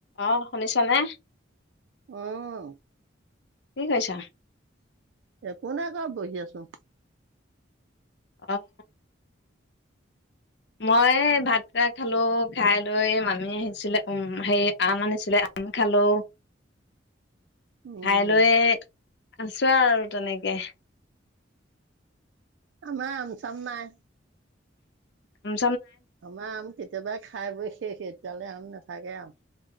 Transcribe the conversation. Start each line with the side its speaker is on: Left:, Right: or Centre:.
Left: অঁ শুনিছো চানে
Right: অঁ
Left: কি কৈছা
Right: পুৰণা ঘৰত বহি আছো
Left: অঁ মই ভাতকেইটা খালো খাই লৈ মামি আহিছিলে, উম হেৰি আম আনিছিলে আম খালো।
Right: উম,
Left: খাই লৈ আছো আৰু তেনেকে
Right: আমাৰ হিচাপ নাই
Left: উম
Right: আমাৰ আমতে <unintelligible> কেতিয়াবা খাই বৈ শেষ এতিয়ালে আম নাথাকে আৰু